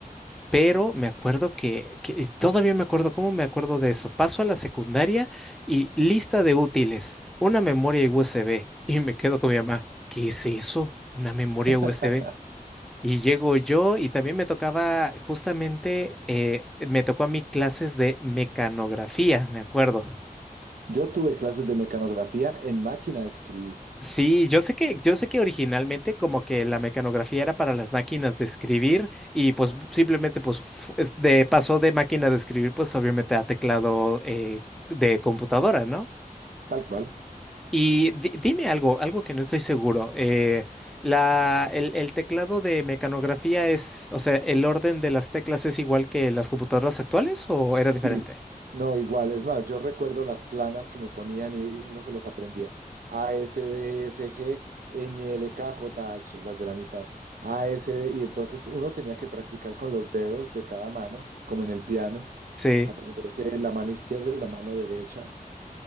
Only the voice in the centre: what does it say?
Pero me acuerdo que, que- y todavía me acuerdo cómo me acuerdo de eso. Paso a la secundaria y lista de útiles, una memoria USB. Y me quedo con mi mamá. ¿Qué es eso? Una memoria
USB. Y llego yo y también me tocaba, justamente, eh, me tocó a mí clases de mecanografía, me acuerdo.
Sí, yo sé que, yo sé que originalmente como que la mecanografía era para las máquinas de escribir y pues simplemente pues fu- es de, pasó de máquina de escribir pues obviamente a teclado eh, de computadora, ¿no?
Y di- dime algo, algo que no estoy seguro. eh, la, el, el teclado de mecanografía es, o sea, ¿el orden de las teclas es igual que las computadoras actuales o era diferente?
Sí.